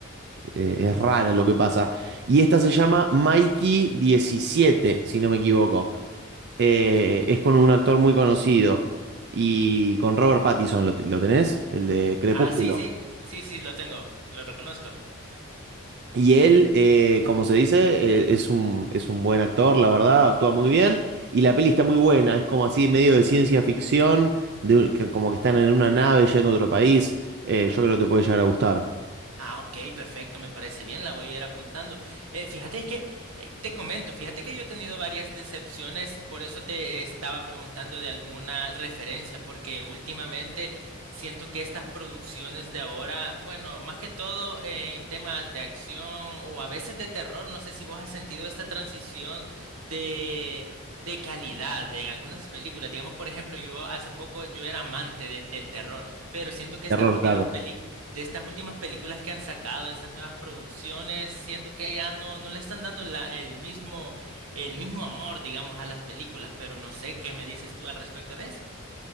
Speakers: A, on the right; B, on the right.
A: eh, es rara lo que pasa. Y esta se llama Mikey 17, si no me equivoco. Eh, es con un actor muy conocido y con Robert Pattinson, ¿lo, lo tenés? El de Crepúsculo.
B: Ah, sí, sí, sí, sí, lo tengo, lo reconozco.
A: Y él,
B: O-
A: eh, como se dice, eh, es un, es un buen actor, la verdad, actúa muy bien y la peli está muy buena, es como así medio de ciencia ficción, de- que- como que están en una nave yendo a otro país, Eh, yo creo que te puede llegar a gustar.
B: Ah, ok, perfecto, me parece bien, la voy a ir apuntando. Eh, fíjate que, eh, te comento, fíjate que yo he tenido varias decepciones, por eso te estaba preguntando de alguna referencia, porque últimamente siento que estas producciones de ahora, bueno, más que todo en temas de acción o a veces de terror, no sé si vos has sentido esta transición de... de calidad de en algunas películas. Digamos, por ejemplo, yo hace poco yo era amante de- del terror, pero siento que estas
A: Terror,
B: últimas
A: claro.
B: películas de estas últimas películas que han sacado, de estas nuevas producciones, siento que ya no, no le están dando la- el mismo, el mismo amor, digamos, a las películas, pero no sé qué me dices tú al respecto de eso.